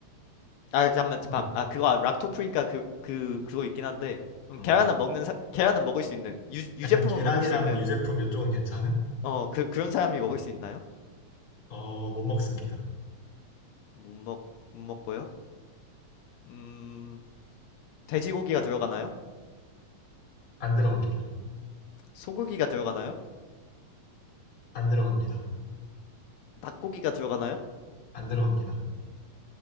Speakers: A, on the left (about 85°); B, on the left (about 30°).
A: 아 잠만 잠-
B: 어,
A: 아 그거 아, 락토프리니까 그 그 그거 있긴 한데 그럼
B: 어.
A: 계란은 먹는 사 계란은 먹을 수 있는 유, 유제품은
B: 약간 계란이랑
A: 먹을 수 있는
B: 유제품 이쪽은 괜찮은?
A: 어 그 그런 사람이 먹을
B: 어,
A: 수 있나요?
B: 어, 못 먹습니다.
A: 못 먹 못 먹고요. 음 돼지고기가 들어가나요?
B: 안 들어갑니다.
A: 소고기가 들어가나요?
B: 안 들어갑니다.
A: 닭고기가 들어가나요?
B: 안 들어갑니다.